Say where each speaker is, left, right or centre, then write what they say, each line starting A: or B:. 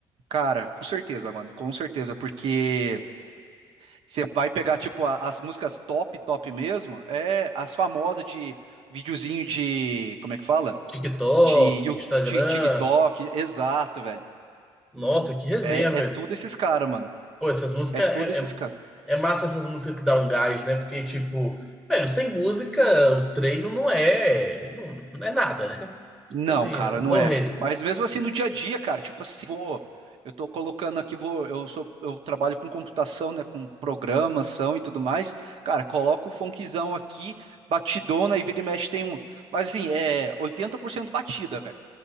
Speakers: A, on the right (about 60°); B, in the centre.
A: Cara, com certeza, mano, com certeza, porque você vai pegar, tipo, a- as músicas top, top mesmo, é as famosas de videozinho de, como é que fala?
B: TikTok,
A: De,
B: Instagram.
A: Yu- de TikTok, exato, velho.
B: Nossa, que resenha,
A: É,
B: velho.
A: é tudo esses caras, mano.
B: Pô, essas músicas
A: É tudo
B: é,
A: esses
B: é,
A: caras.
B: é massa essas músicas que dá um gás, né? Porque, tipo, velho, sem música o treino não é. Não, não é nada, né?
A: Não,
B: Assim,
A: cara,
B: não
A: não é.
B: rende.
A: Mas mesmo assim no dia a dia, cara, tipo assim, vou, eu tô colocando aqui, vou, eu sou, eu trabalho com computação, né, com programação e tudo mais. Cara, coloco o funkzão aqui, batidona e vira e mexe tem um, mas assim, é 80% batida, velho.